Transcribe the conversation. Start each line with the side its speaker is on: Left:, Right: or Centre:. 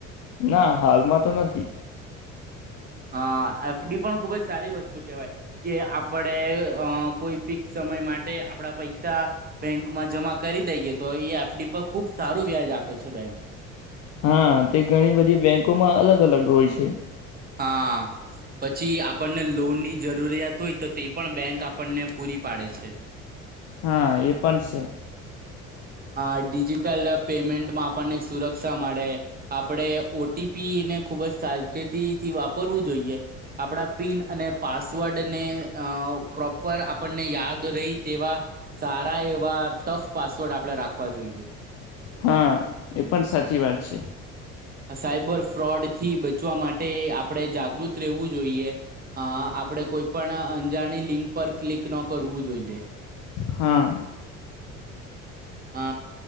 Left: ના હાલમાં તો નથી
Right: હ એફડી પણ ખુબ જ સારી વસ્તુ કેહેવાય કે આપણે અ કોઈ ફિક્સ સમય માટે આપણા પૈસા બેંકમાં જમા કરી દઈએ તો એ એફડી પર ખુબ સારું વ્યાજ આપે છે બેંક.
Left: હા તે ઘણી બધી બેંકોમાં અલગ અલગ હોય છે.
Right: હા પછી આપણને લોનની જરૂરિયાત હોય તો તે પણ બેંક આપણને પૂરી પાડે છે.
Left: હા એ પણ સે.
Right: આ ડિજિટલ પેમેન્ટમાં આપણને સુરક્ષા મળે આપણેે ઓ ટી પી ને ખુબ જ સાવચેતીથી વાપરવું જોઈએ આપડા પિન અને પાસવર્ડ ર્ડને આ પ્રો પર આપણને યાદ રહી તેવા સારા એવા ટફ પાસ <unintelligible> આપડે રાખવા જોઈએ.
Left: હા એ પણ સાચી વાત છે.
Right: આ સાયબર ફ્રોડ થી બચવા માટે આપણેે જાગૃત રહેવું જોઈએ. હ આપડે કોઈ પણ અંજાણી લિંક પર ક્લિક ન કરવું જોઈએ.
Left: હા.
Right: અ